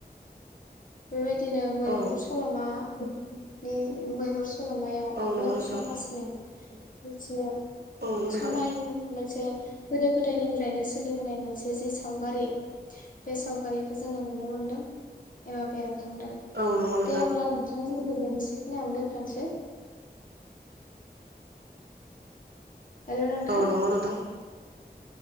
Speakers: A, on the left (about 50°); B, on the right (about 75°).
A: बेबायदिनो मैहुर
B: औ
A: सलमा <unintelligible> सलमायाव
B: औ
A: बर'
B: नंगौ नोंथां
A: समाजनि मिथिनायाव
B: औ नंगौ
A: समाय
B: नोंथां
A: मोनसे गोदो-गोदायनिफ्रायनो सोलिबोनाय मोनसे जि सावगारि बे सावगारिखौ जोङो नुनो मोनदों। एबा बे खांदों
B: औ नंगौ नोंथां औ नंगौ नोंथां औ
A: दे अब्ला नोंथांजों मोनसे खिनिाव दोनथनोसै। हेलौ नोंथां
B: औ नंगौ नोंथां